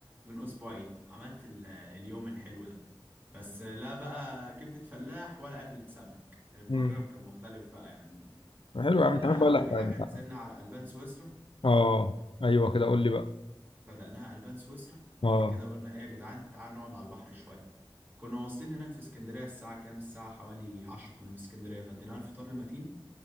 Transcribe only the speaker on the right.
من اسبوعين عملت ال- اليوم الحلو ده بس لا بقى كبدة فلاح ولا أكلة سمك البروجرام
كان مختلف بقى يعني
اديناها
اول
حاجه
نزلنا على البان سويسرا
بدأناها البان سويسرا بعد
كده قلنا ايه يا جدعان تعالوا نقعد على البحر شويه كنا واصلين هناك في اسكندريه الساعه كام الساعه حوالي 10 كنا في اسكندريه فاديناها الفطار المتين